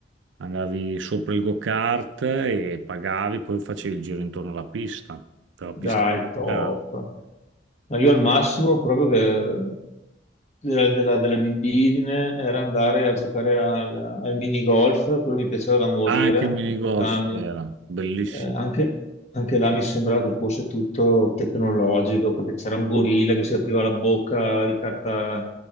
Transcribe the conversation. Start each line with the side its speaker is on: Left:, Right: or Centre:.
Right: andavi sopra il go-kart e pagavi, poi facevi il giro intorno alla pista, dalla pista
Left: Dai, top.
Right: di kart.
Left: Ma io al massimo proprio che della, della, della libidine era andare a giocare al, al minigolf, quello mi piaceva da morire,
Right: Anche il mini
Left: in Mm.
Right: golf
Left: Catania.
Right: era bellissimo.
Left: Eh, anche, anche là mi sembrava che fosse tutto tecnologico, perché c'era un gorilla che si apriva la bocca di carta